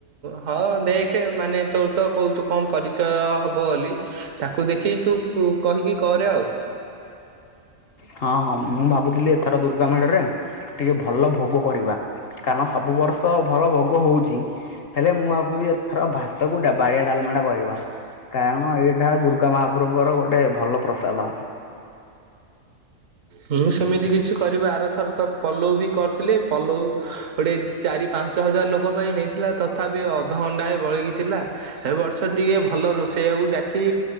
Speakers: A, on the right; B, on the left.
A: ହଁ ଦେଖେ ମାନେ ତୋ ତ କହୁଛୁ। କଣ ପରିଚୟ ହେବ ବୋଲି ତାକୁ ଦେଖେଇ ତୁ କହିକି କରେ ଆଉ
B: ହଁ ହଁ ମୁଁ ଭାବୁଥିଲି ଏଥର ଦୁର୍ଗା ମେଢରେ ଟିକେ ଭଲ ଭୋଗ କରିବା। କାରଣ ସବୁ ବର୍ଷ ଭଲ ଭୋଗ ହଉଛି ହେଲେ ମୁଁ ଭାବୁଛି ଏଥର ଭା ତ ଗୋଟେ ବାଡିଆ ଡାଲମାଟା କରିବା କାରଣ ଏଇଟା ଦୁର୍ଗା ମହାପ୍ରଭୁଙ୍କର ଗୋଟ ଗୋଟେ ଭଲ ପ୍ରସାଦ।
A: ମୁଁ ସେମିତି କିଛି କରିବା ଆରଥର ତ ପଲଉ ବି କରିଥିଲେ ପଲଉ ଗୋଟିଏ ଚାରି ପାଞ୍ଚ ହଜାର ଲୋକ ପାଇଁ ହେଇଥିଲା ତଥାପି ଅଧହାଣ୍ଡେ ବଳକି ଥିଲା। ଏ ବର୍ଷ ଟିକେ ଭଲ ରୋଷେଇଆକୁ ଡାକି